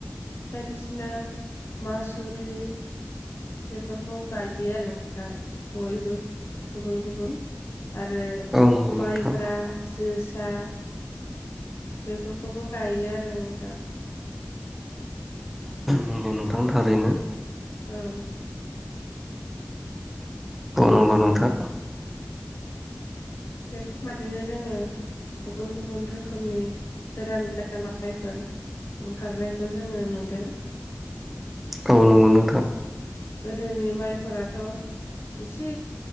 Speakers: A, on the left; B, in the centre.
A: बायदिसिना मासुरि बेफोरखौ गायो आरो नों बयबो गुबुन गुबुन आरो
B: औ नंगौ
A: माइब्रा
B: नोंथां
A: जोसा बेफोरखौबो गायो आरो नोंथां
B: नंगौ नोंथां थारैनो
A: औ
B: नंगौ औ नोंथां
A: बेफोरबादिनो जोंङो गुबुन गुबुन रोखोमनि गोदान गोदान माइफोर ओंखारनायखौ जोंङो नुदों।
B: औ नंगौ न
A: गोदोनि माइफोराथ' एसे